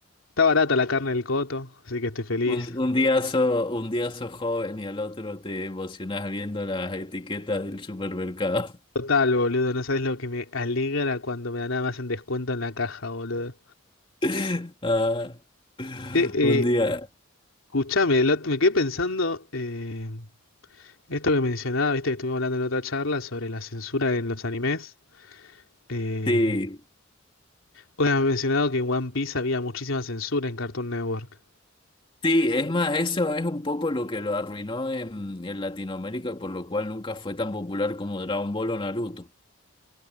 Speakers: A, on the left (about 80°); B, on the left (about 25°).
A: Está barata la carne del Coto, así que estoy feliz.
B: Un, un día sos, un día sos joven y al otro te emocionás viendo las etiquetas del supermercado.
A: Total, boludo, no sabes lo que me alegra cuando me dan nada más en descuento en la caja, boludo.
B: <laughs> Ah,
A: Che, eh,
B: un día,
A: escuchame, lo- me quedé pensando eh, esto que mencionaba, viste que estuvimos hablando en otra charla sobre la censura en los animes. eh,
B: sí.
A: Bueno, has mencionado que en One Piece había muchísima censura en Cartoon Network.
B: Sí, es más, eso es un poco lo que lo arruinó en, en Latinoamérica, por lo cual nunca fue tan popular como Dragon Ball o Naruto.